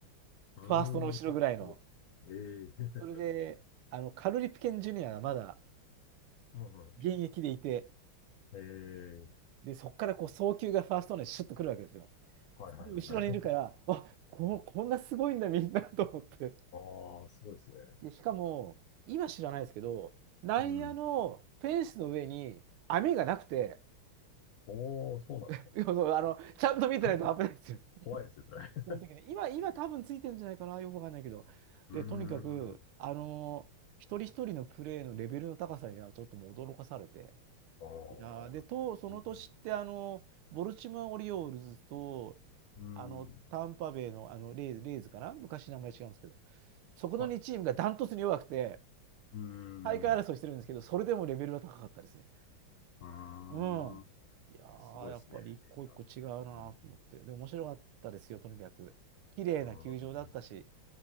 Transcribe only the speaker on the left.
うーん。
うんええ。
うんうんあ
うんうんうんうーんええ。
はいはいはい。
うん
ああ、すごいですね。
うん。おーそうなんですか。
<laughs> 怖いですね、それ。<laughs>
うー
ん。
ああ、そうなんですね
うーん。
はい。うーん。
う
ーん。
すごいですね、
アメジカって。うん。
うーん。